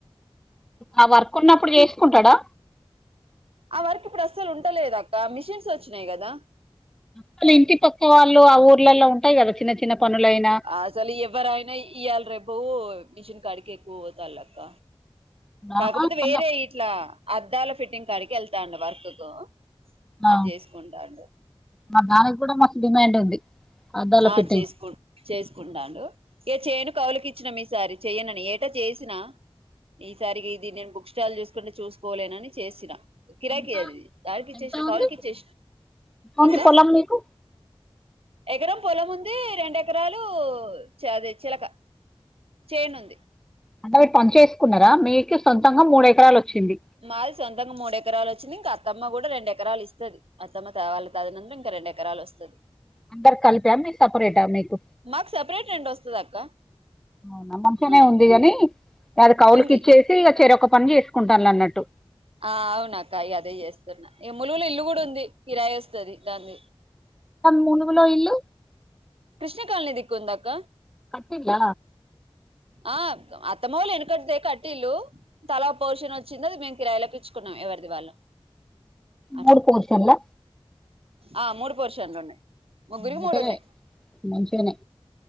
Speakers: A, in the centre; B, on the right (about 70°).
A: ఆ వర్క్ ఉన్నప్పుడు చేసుకుంటాడా
B: ఆ వర్క్ ఇప్పుడు అసలు ఉంటలేదు అక్క మిషిన్స్ వచ్చినాయి కదా
A: వాళ్ళ ఇంటి పక్క వాళ్ళు ఆ ఊర్లలో ఉంటాయి కదా చిన్న చిన్న పనులయినా
B: అసలు ఎవ్వరయినాయీ ఈయాళ్ రేపు మిషన్ కడీకే ఎక్కువ పోతలక్క కాకపోతే
A: ఆహా కొంద
B: వేరే ఇట్లా అద్దాల ఫిట్టింగ్ కడికి వెళ్తాండు వర్క్ కు అది
A: ఆ
B: చేసుకుంటాడు
A: మా దానికి కూడా మస్తు డిమాండ్ ఉంది అద్దాల
B: ఆ
A: ఫిట్టింగ్
B: చేసుకు చేసుకుంటాడు ఇగ చేను కౌలికి ఇచ్చినం మీసారి చెయ్యనని ఏటా చేసినా ఈసారికి ఇది నేను బుక్ స్టాల్ చూసుకుంటే చూసుకోలేనని చేసినా కిరాకిీ
A: ఎంత
B: అది డాల్కిచి ఇచ్చేసిన
A: ఎంత ఉంది
B: కౌవులుకిిచ్చిసిన
A: ఎంత ఉంది
B: అక్కా
A: పొలం మీకు
B: ఎకరం పొలం ఉంది రెండు ఎకరాలు అదే చిలక చేను ఉంది
A: అంటే మీరు పను చేసుకున్నారా మీకు సొంతంగా మూడు ఎకరాలు వచ్చింది
B: మాది సొంతంగా మూడు ఎకరాలు వచ్చింది ఇంకా అత్తమ్మ కూడా రెండు ఎకరాలు ఇస్తది మా అతమ్మ త వాళ్ళ తదనతరం ఇంకా రెండు ఎకరాలు వస్తది
A: అందరు కలిపా మీకు సపరేటా మీకు
B: మాకు సపరేట్ రెండు వస్తది అక్క
A: అవునా మంచిగానే
B: ఆ
A: ఉంది గాని అది కవులుకి
B: ఉంది
A: ఇచ్చే రు చెరోక్క పని చేసుకుంటాన్లు అన్నట్టు
B: ఆ అవునక్క ఇగ అదే చేస్తున్నా ఈ ములుగుల ఇల్లు కూడా ఉంది కిరాయి వస్తుంది దాన్ని
A: మునుగులో ఇల్లు
B: కృష్ణ కాలనీ దిక్కు ఉందాక
A: కట్టిల్ల
B: ఆ అత్తమ్మ వాళ్ళు ఎనుకటిదే కట్టిల్లు తల పోర్షన్ వ చిన్నది మేము కిరాయిలకిచ్చుకున్నాం ఎవరిది వాళ్ళు అట్లా
A: మూడు పోర్షన్లా
B: ఆ మూడు పోర్షన్లు ఉన్నాయి ముగ్గురికి
A: బెటరే
B: మూడు ఉన్నాయి
A: మంచిగానే